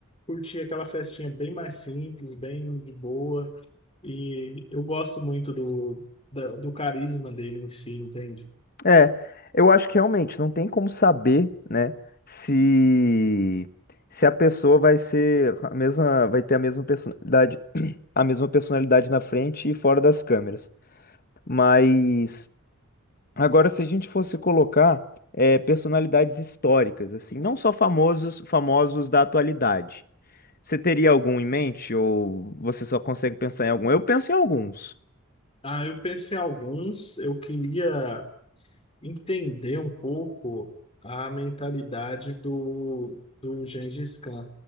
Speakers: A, on the left; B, on the left.
A: Curtir aquela festinha bem mais simples, bem de boa. E eu gosto muito do, da- do, carisma dele em si, entende?
B: É, eu acho que realmente não tem como saber, né, se se a pessoa vai ser a mesma, vai ter a mesma personalidade, a mesma personalidade na frente e fora das câmeras. Mas agora, se a gente fosse colocar é, personalidades históricas, assim, não só famosos, famosos da atualidade. Você teria algum em mente ou você só consegue pensar em algum? Eu penso em alguns.
A: Ah, eu penso em alguns, eu queria entender um pouco a mentalidade do, do Gengis Khan,